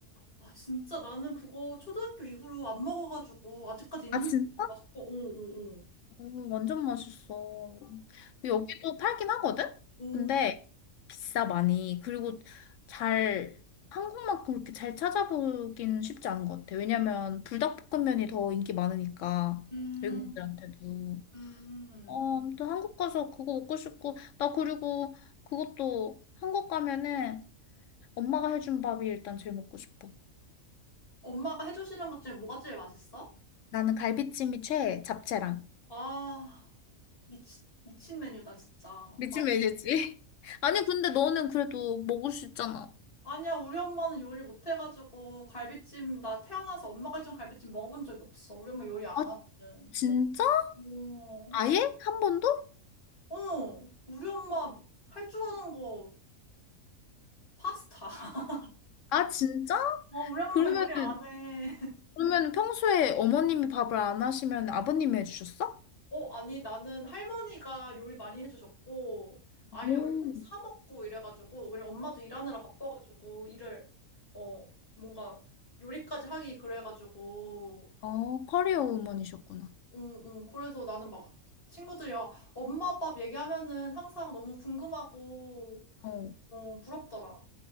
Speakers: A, on the left; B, on the left.
A: 아, 진짜 나는 그거 초등학교 이후로 안 먹어가지고 아직까지 있는지
B: 아, 진짜?
A: 몰랐어. 오, 오, 오.
B: 음, 완전 맛있어. 여기도 팔긴 하거든?
A: 오,
B: 근데 비싸 많이. 그리고 잘 한국만큼 그렇게 잘 찾아보긴 쉽지 않은 것 같아. 왜냐면 불닭볶음면이 더 인기 많으니까
A: 음,
B: 외국인들한테도.
A: 음.
B: 어, 아무튼 한국 가서 그거 먹고 싶고 나 그리고 그것도 한국 가면은 엄마가 해준 밥이 일단 제일 먹고 싶어.
A: 엄마가 해주시는 것 중에 뭐가 제일 맛있어?
B: 나는 갈비찜이 최애, 잡채랑.
A: 아, 미치, 미친 메뉴다, 진짜.
B: 미친
A: 맛있어.
B: 메뉴지. <laughs> 아니 근데 너는 그래도 먹을 수 있잖아.
A: 아니야, 우리 엄마는 요리 못해가지고 갈비찜, 나 태어나서 엄마가 해준 갈비찜 먹어본 적이 없어. 우리 엄마 요리 안
B: 아,
A: 하거든.
B: 진짜?
A: 오.
B: 아예? 한 번도?
A: 어, 우리 엄마 할 줄 아는 거 파스타. <laughs>
B: 아, 진짜?
A: 어, 우리 엄마
B: 그러면은,
A: 요리 안 해. <laughs>
B: 그러면은 평소에 어머님이 밥을 안 하시면 아버님이 해주셨어?
A: 어, 아니, 나는 할머니가 요리 많이 해주셨고, 아니면
B: 오,
A: 우리 맨날 사 먹고 이래가지고, 우리 엄마도 일하느라 바빠가지고, 일을, 어, 뭔가 요리까지 하기 그래가지고,
B: 어, 커리어 우먼이셨구나.
A: 응, 응. 그래서 나는 막 친구들이 와, 엄마 밥 얘기하면은 항상 너무 궁금하고,
B: 어.
A: 어, 부럽더라.